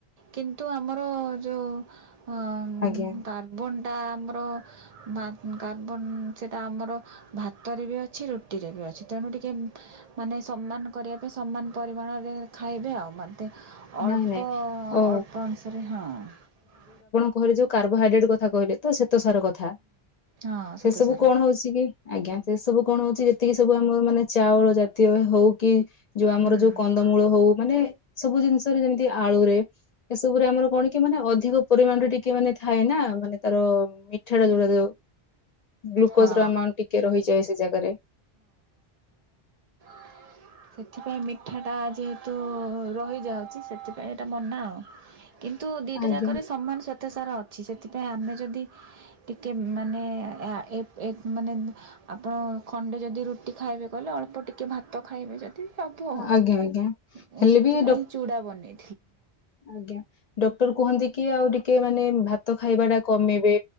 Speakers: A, on the right (about 50°); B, on the left (about 45°).
A: କିନ୍ତୁ ଆମର ଜୋଉ ହ
B: ଆଜ୍ଞା
A: କାର୍ବାନ ଟା ଆମର ଭା କାର୍ବନ ସେଟା ଆମର ଭାତରେ ଅଛି ରୁଟିରେ ଅଛି ତ ତେଣୁ ଟିକେ ମାନେ ସମାନ କରିବା ପାଇଁ ସମାନ ପରିମାଣରେ ଖାଇବେ ଆଉ ମେ ତ ମତ ଅଳ୍ପ
B: ନାଇଁ ନାଇଁ ଓ
A: ଅଳ୍ପ ଅନୁସାରେ ହଁ ।
B: ହିଲି ଯୋଉ କାର୍ବୋହାଇଡ୍ରେଟ କଥା କହିଲ ତ ସେ ତ ସାର କଥା
A: ହଁ ଶ୍ୱେତସାର
B: ସେ ସବୁ କଣ ହଉଛି କି ଆଜ୍ଞା ସେ ସବୁ କଣ ହଉଛି ଯେତିକି ସବୁ ଆମର ମାନେ ଚାଉଳ ଜାତୀୟ ହୋଉ କି ଯୋଉ ଆମର
A: ହଁ
B: ଯୋଉ କନ୍ଦମୂଳ ହୋଉ ମାନେ ସବୁ ଜିନିଷ ମିତି ଆଳୁରେ ଏସବୁରେ ଆମର କଣ କି ମାନେ ଅଧିକ ପରିମାଣରେ ଟିକେ ମାନେ ଥାଏ ନା ମାନେ ତାର ମିଠାଟା ହୋଉଟା ତାର ଗ୍ଲୁକୋଜ
A: ହଁ
B: ର ଆମାଉଣ୍ଟ ଟିକେ ରହିଯାଏ ସେ ଜାଗାରେ
A: ସେ। ସେଥିପାଇଁ ମିଠାଟା ଯେହେତୁ ରହିଯାଉଛି ସେଥିପାଇଁ ଏଇଟା ମନା ଆଉ କିନ୍ତୁ ଦିଟା
B: ଆଜ୍ଞା
A: ଜାକରେ ସମାନ ସ୍ଵେତ ସାରା ଅଛି ସେଥିପାଇଁ ସେଥିପାଇଁ ଆମେ ଯଦି ଟିକେ ମାନେ ଆ ଏ ଏ ମାନେ ଆପଣ ଖଣ୍ଡେ ଯଦି ରୁଟି ଖାଇବେ କହିଲେ ଅଳ୍ପ ଟିକିଏ ଭାତ ଖାଇବେ ଯଦି ସବୁ ଓହୋ
B: ଆଜ୍ଞା ଆଜ୍ଞା
A: ମୁଁ
B: ହେଲେ
A: ସେଥିପାଇଁ
B: ବି ଡ
A: ଚୁଡା ବନେଇ
B: ଆଜ୍ଞା ଡକ୍ଟର କୁହନ୍ତି କି ଆଉ ଟିକେ ଟିକେ ମାନେ ଭାତ ଖାଇବା ଟା କମେଇବେ